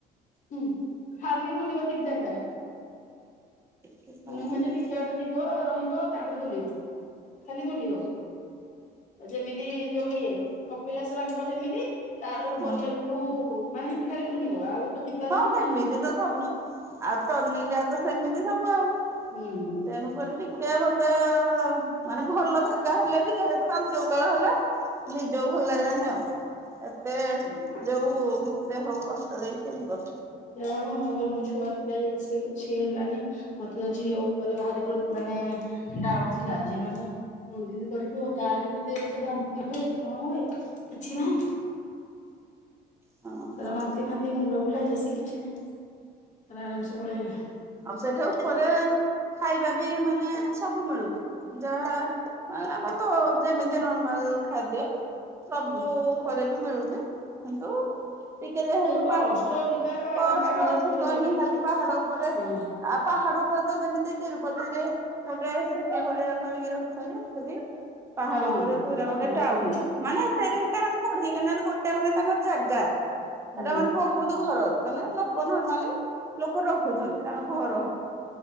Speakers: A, on the left (about 45°); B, on the right (about 15°).
A: ହୁଁ ଖାଲି ବୁଲିବ ଜିଗଜାଗ୍ ଟା।
B: ସେଥିପାଇଁ
A: ନୁହେଁ ଯେ ଟିକେ ବାଟ ଯିବ ରହିବ ତାପରେ ବୁଲିବ ଖାଲି ବୁଲିବ। ଯେମିତି ଯୋଉ ଇଏ କପିଳାସ ବାଙ୍କ ଯେମିତି ତାର ଉପର
B: ହଁ।
A: ଲେବୁଲ୍ ଟୁ ମାନେ ଏମତି ଖାଲି ବୁଲିବ ଆଉ। ତ ଯିବାର
B: ହଁ
A: ନାହିଁ
B: ଏମିତି
A: ଆଉ
B: ତ ସବୁ ଆଉ ଟର୍ଣ୍ଣିଙ୍ଗ୍ ଯାକ ତ ସେମିତି ସବୁ ଆଉ।
A: ହୁଁ।
B: ତେଣୁକରି ଟିକେ ମତେ ମାନେ ଭଲ ଯାଗା ହେଲେ ବି ଯେହେତୁ ବାନ୍ତି ଉକାଳ ହେଲେ। ନିଜକୁ ଭଲ ଲାଗିଲାନି ଆଉ ଏତେ
A: ହୁଁ
B: ଯୋଉ ଦେହକୁ କଷ୍ଟ ଦେଇ ହେଇଯିବ।
A: ଯାହା ହଉ ଆମେ ଗଲୁ ଛୁଆ ପିଲା ଇଏ ସିଏ କିଛି ହେଲାନି। ମତେ ତ ଝିଅ ଉପରେ ଭାରି ପ୍ରୋ ମାନେ ଡାଉଟ୍ ଥିଲା ଯେ ମାନେ। କଣ କିନ୍ତୀ କରିବ ତାର ବି ଦେଖେ ବାନ୍ତି ହୁଏ କଣ ହୁଏ କିଛି ନାହିଁ।
B: ହଁ
A: ତାର
B: ହଁ
A: ବାନ୍ତି ଫାନ୍ତି ମୁଣ୍ଡ ବୁଲା ଇଏ ସିଏ କିଛ ଛି ନାହିଁ ତାର ଆରାମ ସେ ପଳେଇଆଇଲା।
B: ଆଉ ସେଠେ ଉପରେ ଖାଇବା ବି ମାନେ ସବୁ ମିଳୁଛି ଯାହା ମାନେ ଆମର ତ ଯେମିତି ନର୍ମାଲ୍ ଖାଦ୍ୟ ସବୁ
A: ହୁଁ
B: ପରେ ବି ମିଳୁଛି କିନ୍ତୁ। ଟିକେ ଯେହେତୁ
A: କଷ୍ଟ
B: ପାହା
A: ଅଧିକା ପା
B: କଷ୍ଟ
A: ପାହାଡ
B: ଅଧିକ
A: ଉପରେ ବୋଲି
B: ନିହାତି ପାହାଡ଼ ଉପରେ।
A: ହଁ
B: ଆ ପାହାଡ଼ ଉପରେ ତ ଯେମିତି ତିରୁପତି ରେ ଗୋଟେ ସେଟ ଭଳିଆ କରିକି ରହୁଛନ୍ତି। ସେଠି ପାହାଡ
A: ହଁ
B: ଉପରେ ପୁରା
A: ପାହାଡ
B: ଗୋଟେ ଟାଉନୁ।
A: ଉପରେ ନା
B: ମାନେ ଏତେ ବି ହେଟା ମାନେ କୋଢି କେନାଲ୍ ଗୋଟେ ମାନେ ତାଙ୍କର ଜାଗା
A: ହୁଁ
B: ସେଟା ମାନେ ବହୁ ହୁତୁ ଘର ଅଛି ମାନେ ଲୋକ ନର୍ମାଲି ଲୋକ ରହୁଛନ୍ତି ତାଙ୍କ ଘର ହେ